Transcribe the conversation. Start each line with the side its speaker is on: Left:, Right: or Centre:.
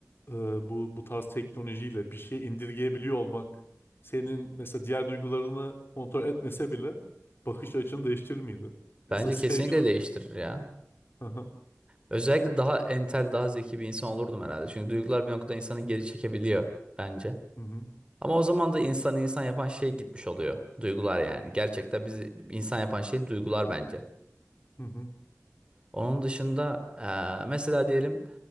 Left: e, bu bu tarz teknolojiyle bir şey indirgeyebiliyor olmak senin mesela diğer duygularını kontrol etmese bile bakış açını değiştirir miydi? Mesela
Right: Bence
Left: sevgi
Right: kesinlikle
Left: du-
Right: değiştirir ya.
Left: Hı hı,
Right: Özellikle daha entel, daha zeki bir insan olurdum herhalde. Çünkü duygular bir noktada insanı geri çekebiliyor bence.
Left: hı hı,
Right: Ama o zaman da insanı insan yapan şey gitmiş oluyor. Duygular yani. Gerçekten bizi insan yapan şey duygular bence.
Left: hı hı.
Right: Onun dışında eee, mesela diyelim